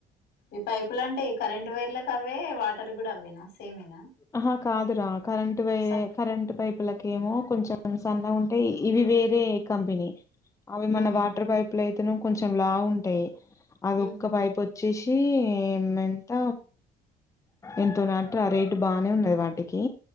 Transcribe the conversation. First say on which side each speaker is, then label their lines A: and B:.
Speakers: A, on the left (about 70°); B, on the left (about 20°).
A: ఈ పైపులు అంటే కరెంట్ వైర్లకు అవ్వె వాటర్ కూడా అవ్వెనా సేమేనా
B: ఆహ కాదురా కరెంట్ వై
A: సప్
B: కరెంట్ పైప్ లకి ఏమో కొంచెం సన్నగా ఉంటే ఇవి వేరే కంపెనీ అవి మన
A: ఉహు
B: వాటర్ పైప్ అయితే నేమో కొంచెం లావ్ ఉంటాయి అది
A: ఉహు
B: ఒక్క పైప్ వ వచ్చేసి ఎంత ఎంతో నాట్రా ఆ రేట్ బాగానే ఉన్నది వాటికి